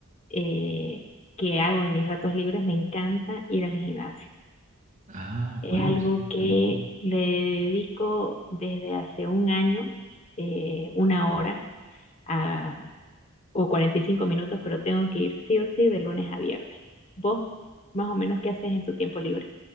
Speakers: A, on the left (about 30°); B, on the right (about 35°).
A: eh, que hago en mis ratos libres, me encanta ir al gimnasio.
B: Ah,
A: Es
B: bueno,
A: algo
B: sí, está
A: que
B: muy bueno.
A: le dedico desde hace un año, eh, una hora a- o 45 minutos, pero tengo que ir sí o sí de lunes a viernes. ¿Vos más o menos qué haces en tu tiempo libre?